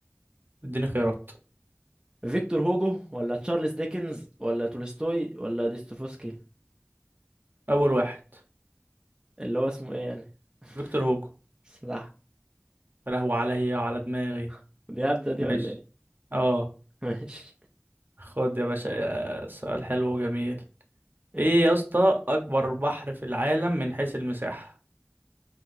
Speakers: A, on the right (about 50°); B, on the right (about 15°).
A: اديني خيارات
B: فيكتور هوجو ولا تشارلز ديكنز ولا تولستوي ولا ديستوفسكي
A: اول واحد
B: اللي هو اسمه ايه يعني
A: فيكتور هوجو
B: <laughs> صح
A: يا لهوي عليا وعلى دماغي
B: <laughs> دي هبدة دي ولا
A: ماشي
B: ايه
A: اه
B: <laughs> ماشي
A: خد يا باشا يا سؤال حلو وجميل
B: اس-
A: ايه يا اسطى اكبر بحر في العالم من حيث المساحة